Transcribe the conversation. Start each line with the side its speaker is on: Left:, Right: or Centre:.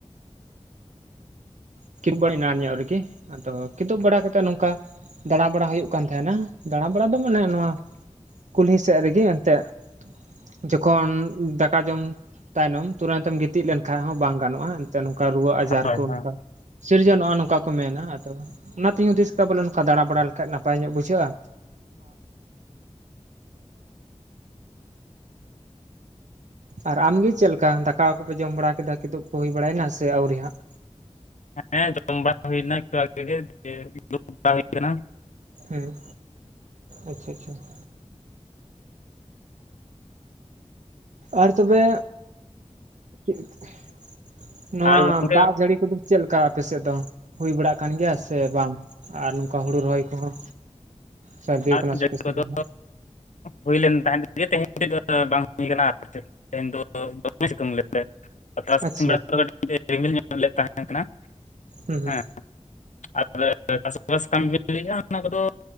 Right: <unintelligible> ᱮᱱᱟᱱ ᱧᱚᱜ ᱨᱮᱜᱤ ᱾ ᱟᱫᱚ ᱠᱤᱫᱩᱵ ᱵᱟᱲᱟ ᱠᱟᱛᱮᱫ ᱱᱚᱝᱠᱟ ᱫᱟᱬᱟ ᱵᱟᱲᱟ ᱦᱩᱭᱩᱜ ᱠᱟᱱ ᱛᱟᱦᱮᱱᱟ ᱾ ᱫᱟᱬᱟ ᱵᱟᱲᱟ ᱫᱚ ᱢᱟᱱᱮ ᱱᱚᱣᱟ ᱠᱩᱞᱦᱤ ᱥᱮᱜ ᱨᱮᱜᱮ ᱮᱱᱛᱮᱜ ᱾ ᱡᱚᱠᱷᱚᱱ ᱫᱟᱠᱟ ᱡᱚᱢ ᱛᱟᱭᱱᱚᱢ ᱛᱩᱨᱟᱺᱛᱮᱢ ᱜᱤᱛᱤᱡ ᱞᱮᱱᱠᱷᱟᱡ ᱦᱚᱸ ᱵᱟᱝ ᱜᱟᱱᱚᱜ-ᱟ᱾ <unintelligible> ᱱᱚᱝᱠᱟ ᱨᱩᱣᱟᱹ ᱟᱡᱟᱨ
Left: ᱦᱳᱭ
Right: ᱠᱚ
Left: ᱦᱳᱭ
Right: ᱱᱚᱝᱠᱟ ᱥᱤᱨᱡᱚᱱᱚᱜ-ᱟ ᱱᱚᱝᱠᱟ ᱠᱚ ᱢᱮᱱᱟ ᱾ ᱟᱫᱚ ᱚᱱᱟᱛᱤᱧ ᱦᱩᱫᱤᱥ ᱠᱮᱫᱟ ᱵᱚᱞᱮ ᱱᱚᱝᱠᱟ ᱫᱟᱬᱟ ᱵᱟᱲᱟ ᱞᱮᱠᱷᱟᱡ ᱱᱟᱯᱟᱭ ᱧᱚᱜ ᱵᱩᱡᱷᱟᱹᱜ-ᱟ᱾ ᱟᱨ ᱟᱢᱜᱮ ᱪᱮᱫ ᱞᱮᱠᱟ ᱫᱟᱠᱟ ᱠᱚᱯᱮ ᱡᱚᱢ ᱵᱟᱲᱟ ᱠᱮᱫᱟ ᱠᱤᱫᱩᱵ ᱠᱚ ᱦᱩᱭ ᱵᱟᱲᱟᱭᱮᱱᱟ ᱥᱮ ᱟᱹᱣᱨᱤ ᱦᱟᱸᱜ?
Left: ᱦᱮᱸ ᱡᱚᱢ ᱵᱟᱲᱟ ᱦᱩᱭ ᱮᱱᱟ ᱮᱠᱴᱩ ᱟᱜᱮ ᱜᱮ, ᱫᱩᱲᱩᱵ ᱵᱟᱲᱟ ᱦᱩᱭ ᱟᱠᱟᱱᱟ ᱾ <inaudible>
Right: ᱦᱮᱸ ᱟᱪᱪᱷᱟ ᱟᱪᱪᱷᱟ ᱾ ᱟᱨ ᱛᱚᱵᱮ <inaudible> ᱱᱚᱣᱟ
Left: ᱟᱨ ᱜᱚᱝᱠᱮ
Right: ᱫᱟᱜ ᱡᱟᱹᱲᱤ ᱠᱚᱫᱚ ᱪᱮᱫ ᱞᱮᱠᱟ ᱟᱯᱮ ᱥᱮᱫ ᱫᱚ ᱦᱩᱭ ᱵᱟᱲᱟᱜ ᱠᱟᱱ ᱜᱮᱭᱟ ᱥᱮ ᱵᱟᱝ? ᱟᱨ ᱱᱚᱝᱠᱟ ᱦᱩᱲᱩ ᱨᱚᱦᱚᱭ ᱠᱚᱦᱚᱸ ᱥᱟᱹᱨᱫᱤ ᱟᱠᱟᱱᱟ
Left: ᱟᱨ
Right: ᱥᱮ
Left: ᱡᱟᱹᱲᱤ
Right: ᱯᱮ ᱥᱮ
Left: ᱠᱚᱫᱚ
Right: ᱵᱟᱝ ᱦᱟᱸᱜ?
Left: ᱦᱩᱭ ᱞᱮᱱ ᱛᱟᱦᱮᱸᱫ ᱜᱮ ᱾ ᱛᱮᱦᱮᱧ ᱛᱮᱫᱚ ᱵᱟᱝ ᱦᱩᱭ ᱟᱠᱟᱱᱟ ᱟᱨ ᱪᱮᱫ ᱛᱮᱦᱮᱧ ᱫᱚ <unintelligible> ᱛᱟᱨᱟᱥᱤᱧ
Right: ᱟᱪᱪᱷᱟ
Left: ᱵᱮᱲᱟ ᱫᱚ ᱠᱟᱹᱴᱤᱡ ᱮ ᱨᱤᱢᱤᱞ ᱧᱚᱜ ᱞᱮᱫ ᱛᱟᱦᱮᱸᱜ ᱠᱟᱱᱟ ᱾ <inaudible>
Right: ᱦᱩᱸ ᱦᱩᱸ
Left: ᱦᱮᱸ ᱾ <unintelligible> ᱚᱱᱟ ᱠᱚᱫᱚ